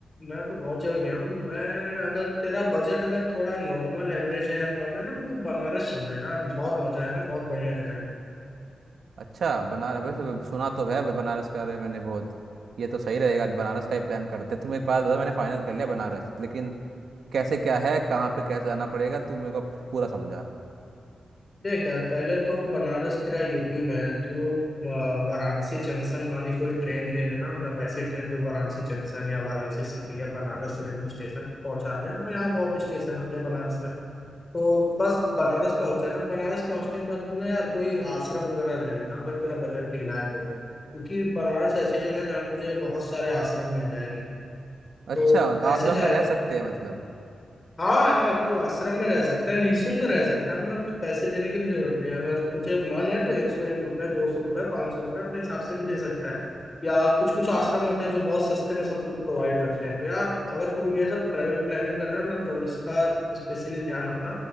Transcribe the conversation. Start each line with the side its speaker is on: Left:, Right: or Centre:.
Left: मैं तो बहुत जगह गया हूँ मैं अगर तेरा बजट अगर थोड़ा नॉर्मल एवरेज है या कम है ना तो तू बनारस चल रहा है यार बहुत मजा आएगा बहुत बढ़िया जगह है
Right: अच्छा बनारस वैसे सुना तो है बनारस का रहे मैंने बहुत ये तो सही रहेगा बनारस का ही प्लान करते हैं तू मेरे पास बता मैंने फाइनल कर लिया बनारस लेकिन कैसे क्या है कहाँ पे कैसे जाना पड़ेगा तू मेरे को पूरा समझा
Left: देख यार पहले तो बनारस तेरा यूपी में है तो वा- वाराणसी जंक्शन वाली कोई ट्रेन ले लेना मतलब ऐसी ट्रेन जो वाराणसी जंक्शन या वाराणसी सिटी या बनारस रेलवे स्टेशन पहुंचा दे मतलब यहाँ बहुत स्टेशन होते हैं बनारस में तो बस बनारस पहुंच जाना बनारस पहुंचने के बाद तुमने यार कोई आश्रम वगैरह ले लेना अगर तेरा बजट ढीला है तो क्योंकि बनारस ऐसी जगह है जहाँ तुझे बहुत सारे आश्रम मिल जाएंगे
Right: अच्छा
Left: तो
Right: आश्रम
Left: ऐसे
Right: में
Left: जाएगा
Right: रह सकते हैं मतलब
Left: हाँ यार तू आश्रम में रह सकता है निःशुल्क रह सकता है मतलब पैसे देने की भी जरूरत नहीं है अगर तुझे मन है तो एक सौ एक रुपए दो सौ रुपए पाँच सौ रुपए अपने हिसाब से भी दे सकता है या कुछ कुछ आश्रम होते हैं जो बहुत सस्ते में सब कुछ प्रोवाइड करते हैं तो यार अगर तू ये सब ट्रैवल प्लानिंग कर रहा है ना तो इसका स्पेशली ध्यान रखना